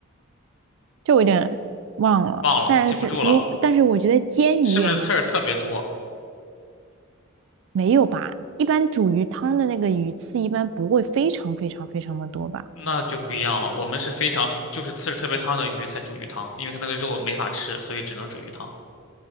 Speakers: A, on the right; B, on the left.
A: 这我有点忘了。
B: 忘了，
A: 但是如但是我觉得煎鱼也蛮好，
B: 记不住了，是不是刺儿特别多？
A: 没有吧？一般煮鱼汤的那个鱼刺一般不会非常非常非常的多吧？
B: 那就不一样了。我们是非常就是刺儿特别烫的鱼才煮鱼汤，因为它那个肉没法吃，所以只能煮鱼汤。